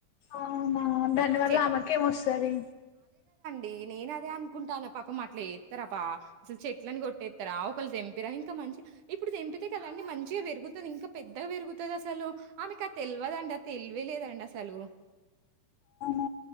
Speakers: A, on the left (about 70°); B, on the right (about 65°).
A: అవునా ధన్యవాదాలు
B: చెట్
A: ఆమకేమొస్తంది
B: నేను అదే అనుకుంటాను పాప అట్లా ఏస్తారాపా అసలు చెట్లలను కొట్టేస్తారా ఒకళ్ళు తెంపిరా ఇంకా మంచి ఇప్పుడు తెంపితే కదా అండి మంచిగా పెరుగుతుంది ఇంకా పెద్దగారుగుతుంది అసలు ఆమెకు తెలివదండి తెలివలేదండి అసలు
A: ఆ